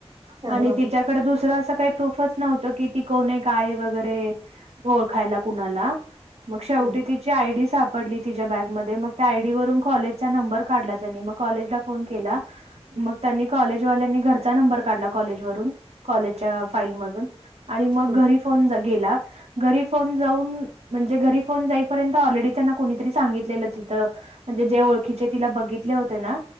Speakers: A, on the right; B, on the right.
A: आणि
B: अरे बापरे
A: तिच्या कडे दुस तेव्हा असं काही प्रूफच नव्हतं की ती कोणी काय वगैरे ओळखायला कुणाला, मगक्षक.
B: हम्म,
A: <inaudible> तिची आयडि सापडली तिच्या बॅग मध्ये, मग त्या आयडि वरून कॉलेजचा नंबर काढला त्यांनी. मग कॉलेज ला. फोन केला मग त्यांनी कॉलेजवाल्यानी घरचा नंबर काढला कॉलेजवरून. कॉलेजच्या फाईल मधून आणि मग
B: हम्म,
A: घरी फोन गेला घरी फोन जाऊन, म्हणजे घरी फोन जय ंत ऑलरेडी त्यांना कोणीतरी सांगितलेलं तिथं म्हणजे जे ओळखीचे तिला बघितले होते ना